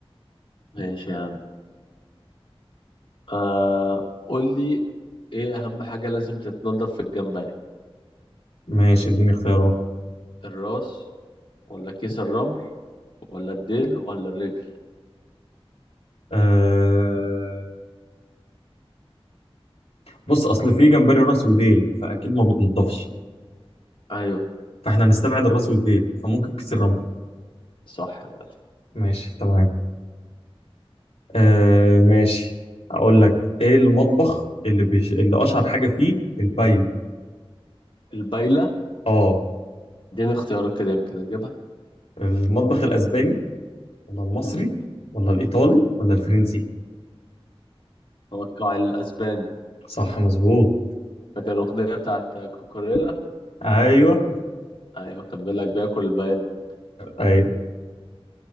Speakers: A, on the left (about 55°); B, on the left (about 80°).
A: ماشي يا عم آه قول لي إيه أهم حاجة لازم تتنضف في الجمبري؟
B: ماشي اديني اختيارات
A: الراس ولا كيس الرمل ولا الديل ولا الرجل؟
B: آه... بص اصل في جمبري راس وديل فاكيد ما بتنضفش
A: أيوه
B: فاحنا هنستبعد الراس والديل فممكن كيس الرمل
A: صح يا معلم
B: ماشي تمام آه ماشي اقول لك ايه المطبخ اللي بيش... اللي اشهر حاجه فيه البايله
A: البايلة
B: اه
A: اديني اختيارات كده يمكن أجيبها
B: المطبخ الاسباني ولا المصري
A: مم.
B: ولا الايطالي ولا الفرنسي
A: هو القاع الأسباني
B: صح مظبوط
A: فاكر الأغنية بتاعت كوكوريلا
B: ايوه
A: ايوه كان بيقول لك بياكل البايلا
B: ايوه